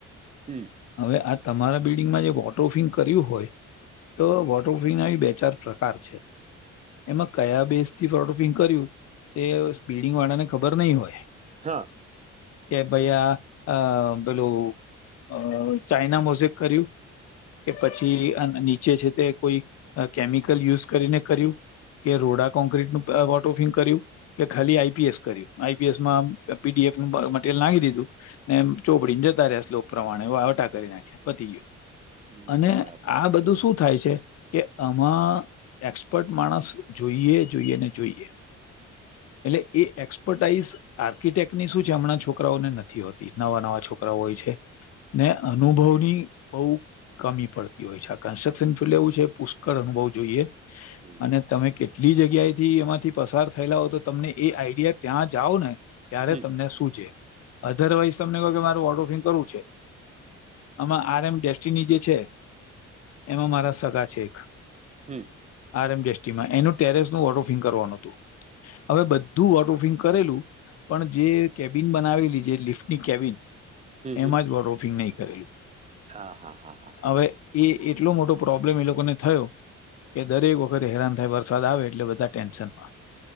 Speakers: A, on the right (about 25°); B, on the left (about 55°).
A: હમ્મ.
B: હવે આ તમારા બિલ્ડિંગમાં જે વોટરફિંગ કર્યું હોય તો વોટરફઈ નાબી આઈ બે ચાર પ્રકાર છે. માં કયા બેઝથી ફોડફિંગ કર્યું એ સ્પીડિંગ વાળા ને ખબર નહી હોય.
A: હા.
B: કે ભાઈયા એ પેલું અ ચાઈના મોઝેક કર્યું. કે પછી અહ નીચે છે તે કોઈ અહ કેમિકલ યુઝ કરીને કર્યું કે રોડા કોંક્ર્રીટ નું અહ વોટોફિંગ કર્યું કે ખાલી આઈ પી એસ કર્યું આઈ પી એસ માં પી ડી એફ મટીરિયલ નાખી દીધું ને એમ ચોપડી ને જતા રહ્યા સલોક પ્રમાણે વાવટા કરી નાખ્યા પતિ ગયો.
A: હમ,
B: અને
A: બરાબર
B: આ
A: છે
B: બધું શું થાય છે કે આમાં એક્સપર્ટ માણસ જોઈએ જોઈએ ને જોઈએ. એટલે એ એક્સપર્ટાાઈઝ આર્કિટેક્ટની શું છે? હમણાં છોકરાઓને નથી હોતી નવા નવા છોકરાઓ હોય છે. ને અનુભવની બહુ કમી પડતી હોય છે. આ કન્સ્ટ્રક્શન
A: અમે પણ
B: લેવું છે. પુષ્કળ અનુભવ જોઈએ.
A: જોઈએ
B: અને તમે કેટ કેટલી જગ્યાથી એમાંથી પસાર થયેલા હોય, તો તમને એ આઈડિયા ત્યાં જાઓ ને. ત્યારે
A: હમ
B: તમને શું છે? અધરવાઈઝ તમને કહું કે મારે વોડ ઓફિંગ કરવું છે. આમાં આર એમ ડેસ્ટિની જે છે, એમાં મારા સગા છે એક.
A: હમ.
B: આર એમસટીમાં એનું ટેરેસ નું વોટરફિંગ કરવાનું હતું. હવે બધું વોટરફિંગ કરેલું. પણ જે કેબિન બનાવેલી છે. લિફ્ટની કેબિન.
A: હમ
B: એમાં
A: હમ
B: જ બો રોફિંગ નહીં કરેલું.
A: હા હા હા હા હા.
B: હવે એ એટલો મોટો પ્રોબ્લેમ એ લોકોને થયો. કે દરેક વખત હેરાન થાય, વરસાદ આવે એટલે બધા ટેન્શન માં.